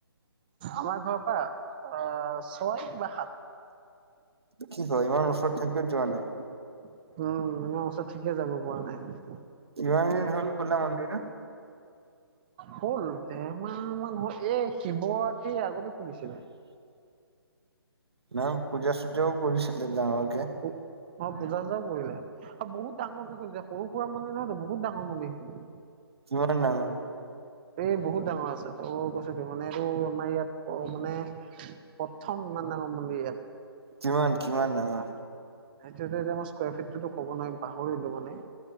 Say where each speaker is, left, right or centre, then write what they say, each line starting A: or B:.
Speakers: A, on the right (about 20°); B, on the right (about 75°).
A: আমাৰ ঘৰৰ পৰা আহ ছয় বা সাত।
B: কি, ক ইমান ওচৰত থাকিও যোৱা নাই।
A: উম, ইয়াৰ ওচৰ ঠিকে যাব পৰা নাই।
B: ই, হ'ল খুলা মডিৰটো।
A: হ'ল দেৰমাহ মান হ'ল এই শিৱৰাতি আগতে খুুলিছিলে।
B: ন, পূজা, চূজাও কৰিছিলে যাঙ আগে।
A: অ, পূজা চজাও কৰিলে বহুত ডাঙৰেৈ য, সৰু সুৰা মন্দিৰ নয় বহুত ডাঙৰ মন্দিৰ সেইটো।
B: কিমান ডাঙৰ?
A: এই বহুত ডাঙৰ আছে ত কৈছ কি মানে এইটো আমাৰ ইয়াত মানে প্ৰথম ইমান ডাঙৰ মন্দিৰ ইয়াত।
B: কিমান, কিমান ডাঙৰ?
A: হাইড্ৰড্ৰেডামৰ স্কয়াৰ ফিটটোতো ক'ব নোৱাৰি পাহৰিলো মানে।